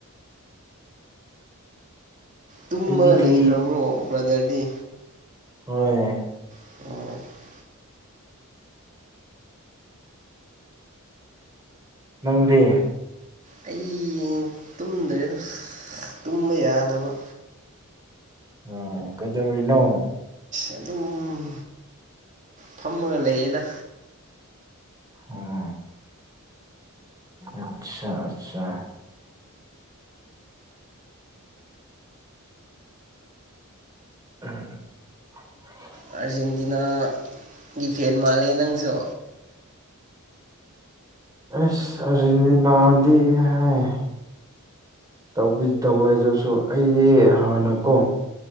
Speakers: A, on the right (about 35°); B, on the right (about 15°).
A: ꯇꯨꯝꯃꯒ
B: ꯑꯩꯒꯤꯗꯤ
A: ꯂꯩꯈ꯭ꯔꯕ꯭ꯔꯣ ꯕ꯭ꯔꯗꯔꯗꯤ
B: ꯍꯣꯏ
A: <unintelligible>
B: ꯅꯪꯗꯤ
A: ꯑꯩ ꯗ꯭ꯔꯦꯗ ꯇꯨꯝꯕ ꯌꯥꯗꯕ
B: ꯎꯝ ꯀꯩꯗꯧꯔꯤꯅꯣ
A: ꯑꯗꯨꯝ ꯐꯝꯃꯒ ꯂꯩꯌꯦꯗ
B: ꯑꯣ ꯑꯁꯥ ꯑꯁꯥ <unintelligible>
A: ꯑꯥꯔꯖꯦꯟꯇꯤꯅꯥꯒꯤ ꯐꯦꯟ ꯃꯥꯜꯂꯦ ꯅꯪꯁꯨ
B: ꯑꯦꯁ ꯑꯥꯔꯖꯦꯟꯇꯤꯅꯥꯗꯤ ꯍꯥꯏ ꯇꯧꯕꯨꯗꯤ ꯇꯧꯋꯦ ꯑꯗꯨꯁꯨ ꯑꯩꯗꯤ ꯍꯥꯟꯅꯀꯣ